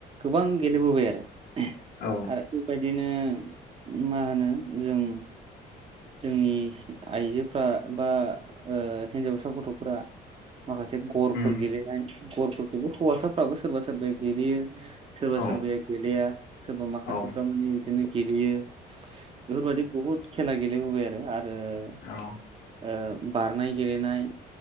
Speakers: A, on the right; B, on the left.
A: गोबां गेलेबोबाय आरो।
B: औ
A: आरो बेबायदिनो मा होनो जों जोंनि आइजोफ्रा बा ओ हिनजावसा गथ'फोरा माखासे गरफोर
B: उम औ उम
A: गेलेनाय। गरफोरखौबो हौवासाफ्राबो सोरबा सोरबाया गेलेयो। सोरबा
B: औ
A: सोरबाया गेलेया सोरबा माखासेफ्रा
B: औ
A: माने बिदिनो गेलेयो। बेफोरबायदि बहुद खेला गेलेबोबाय आरो। आरो
B: औ औ
A: ओ बारनाय गेलेनाय